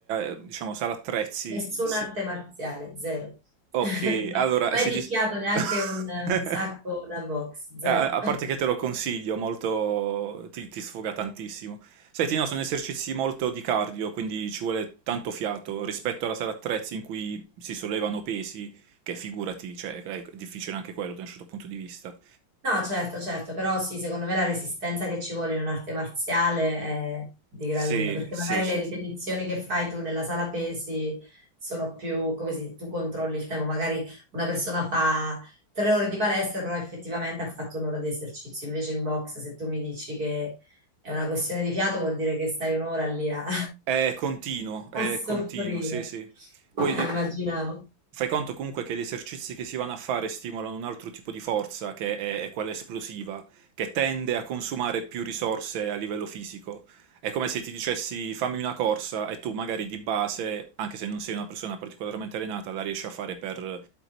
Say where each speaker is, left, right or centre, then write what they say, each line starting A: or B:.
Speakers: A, on the right; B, on the right.
A: eh, diciamo, sala attrezzi.
B: Nessuna
A: Sì.
B: arte marziale, zero.
A: Ok,
B: <laughs>
A: allora
B: Mai
A: si
B: picchiato
A: dis...
B: neanche
A: <laughs>
B: un, un sacco da box, zero.
A: Eh, A a parte che te lo consiglio, molto... ti, ti sfoga tantissimo. Senti, no, sono esercizi molto di cardio, quindi ci vuole tanto fiato rispetto alla sala attrezzi in cui si sollevano pesi, che figurati, cioè, è difficile anche quello da un certo punto di vista.
B: No, certo, certo, però sì, secondo me la resistenza che ci vuole in un'arte marziale è di gran
A: Sì,
B: lunga, perché
A: sì,
B: magari
A: sì,
B: le ripetizioni
A: sì.
B: che fai tu nella sala pesi sono più, come si dice, tu controlli il tempo, magari una persona fa tre ore di palestra, però effettivamente ha fatto un'ora di esercizio, invece in box se tu mi dici che è una questione di fiato vuol dire che stai un'ora lì a, <laughs> a
A: È continuo, è
B: soffrire,
A: continuo, sì, sì. Poi
B: eh,
A: de-
B: immaginavo.
A: fai conto comunque che gli esercizi che si vanno a fare stimolano un altro tipo di forza, che è, è quella esplosiva, che tende a consumare più risorse a livello fisico. È come se ti dicessi fammi una corsa e tu magari di base, anche se non sei una persona particolarmente allenata, la riesci a fare per,